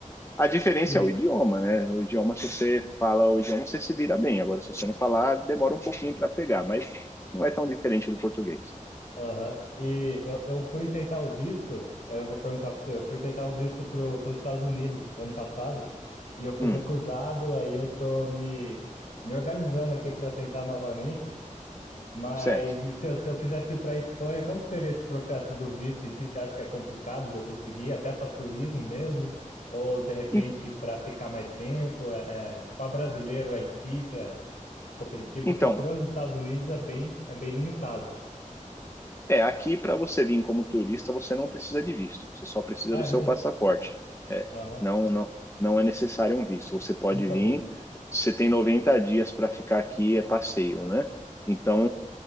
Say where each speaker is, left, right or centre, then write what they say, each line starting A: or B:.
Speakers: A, on the left (about 20°); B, on the left (about 70°).
A: A diferença
B: E,
A: é o idioma, né? O idioma, se você fala o idioma, você se vira bem. Agora, se você não falar, demora um pouquinho para pegar, mas não é tão diferente do português.
B: aham. e eu, eu fui tentar o visto, aí eu vou perguntar para você, eu fui tentar o visto para os Estados Unidos ano passado, e eu fui
A: Hum,
B: recusado, aí eu tô me, me organizando aqui para tentar novamente, mas
A: certo.
B: e se eu, se eu quisesse ir para a Espanha, como que seria esse processo do visto? E se você acha que é complicado de eu conseguir, até para turismo mesmo? Ou de repente
A: En-
B: para ficar mais tempo? É, para brasileiro é difícil, é, é competitivo,
A: Então,
B: porque para os Estados Unidos é bem, é bem limitado.
A: É, aqui para você vir como turista, você não precisa de visto, você só precisa
B: Ah,
A: do
B: é
A: seu
B: mesmo?
A: passaporte. É,
B: Aham,
A: não, não, não é necessário um visto. Você pode
B: não sabia.
A: vir, você tem 90 dias para ficar aqui, é passeio, né? Então,